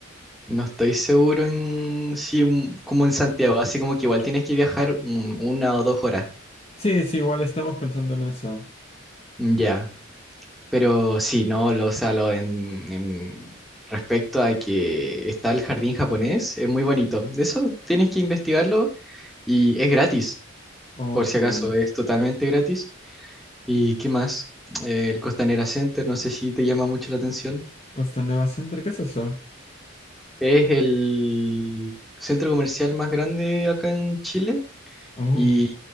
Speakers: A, in the centre; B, on the left (about 30°).
A: no estoy seguro en si un- como en Santiago, así como que igual tienes que viajar un- una o dos horas.
B: Sí, sí, igual estamos pensando en eso.
A: Mm, Ya, pero sí, no, lo, o sea, lo en, en respecto a que está el jardín japonés, es muy bonito. Eso tienes que investigarlo y es gratis,
B: Oh,
A: por si
B: qué
A: acaso,
B: bueno.
A: es totalmente gratis. ¿Y qué más? Eh, el Costanera Center, no sé si te llama mucho la atención.
B: Costa Nueva Center, ¿qué es eso?
A: Es el centro comercial más grande acá en Chile
B: Oh.
A: y,